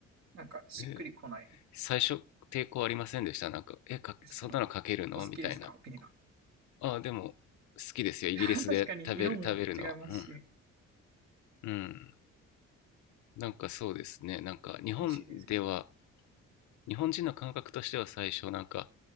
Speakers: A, on the right (about 65°); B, on the left (about 70°).
A: なんかしっくりこない
B: え最初抵抗ありませんでしたなんか「えかそんなのかけるの?」みたいな
A: ですけど、お好きですかビネガ
B: 「ああでも好きですよイギリスで食べる食べるのはうん
A: ー。<laughs> 確かに色も違いますし、
B: うんなんかそうですねなんか日本では
A: 美味しいですよね。
B: 日本人の感覚としては最初なんか